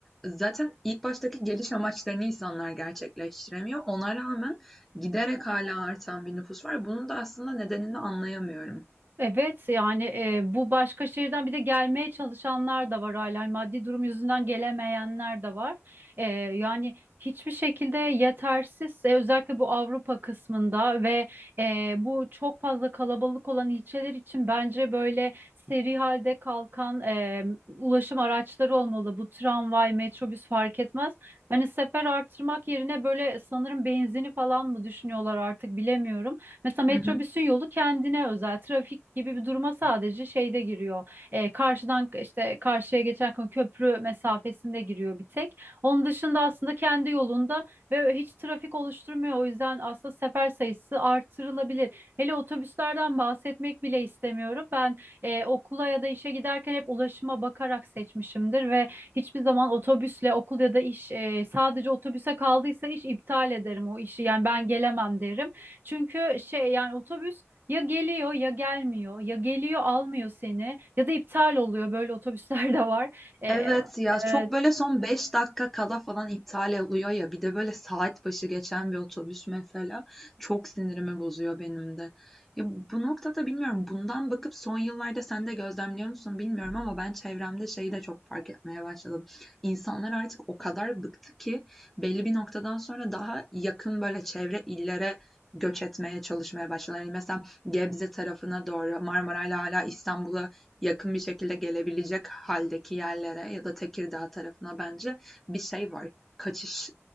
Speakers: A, in the centre; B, on the right (about 45°).
A: zaten ilk baştaki geliş amaçlarını insanlar gerçekleştiremiyor. Ona rağmen giderek hala artan bir nüfus var. Bunun da aslında nedenini anlayamıyorum.
B: Evet yani e, bu başka şehirden bir de gelmeye çalışanlar da var hala Yani maddi durum yüzünden gelemeyenler de var. E, yani hiçbir şekilde yetersiz e, özellikle bu Avrupa kısmında ve e, bu çok fazla kalabalık olan ilçeler için bence böyle seri halde kalkan e, ulaşım araçları olmalı. Bu tramvay, metrobüs fark etmez. Hani sefer artırmak yerine böyle sanırım benzini falan mı düşünüyorlar artık bilemiyorum. Mesela metrobüsün
A: Hı hı.
B: yolu kendine özel. Trafik gibi bir duruma sadece şeyde giriyor. E, karşıdan işte karşıya geçerken köprü mesafesinde giriyor bir tek. Onun dışında aslında kendi yolunda ve hiç trafik oluşturmuyor. O yüzden aslında sefer sayısı artırılabilir. Hele otobüslerden bahsetmek bile istemiyorum. Ben e, okula ya da işe giderken hep ulaşıma bakarak seçmişimdir ve hiçbir zaman otobüsle okul ya da iş e, sadece otobüse kaldıysa iş iptal ederim o işi. Yani ben gelemem derim. Çünkü şey yani otobüs ya geliyor ya gelmiyor ya geliyor almıyor seni ya da iptal oluyor böyle otobüsler de <laughs> var. E,
A: Evet ya çok
B: e,
A: böyle son 5 dakika kala falan iptal oluyor ya bir de böyle saat başı geçen bir otobüs mesela çok sinirimi bozuyor benim de. Ya bu noktada bilmiyorum bundan bakıp son yıllarda sen de gözlemliyor musun bilmiyorum ama ben çevremde şeyi de çok fark etmeye başladım. İnsanlar artık o kadar bıktı ki belli bir noktadan sonra daha yakın böyle çevre illere göç etmeye çalışmaya başladılar. Yani mesela Gebze tarafına doğru Marmaray'la hala İstanbul'a yakın bir şekilde gelebilecek haldeki yerlere ya da Tekirdağ tarafına bence bir şey var. Kaçış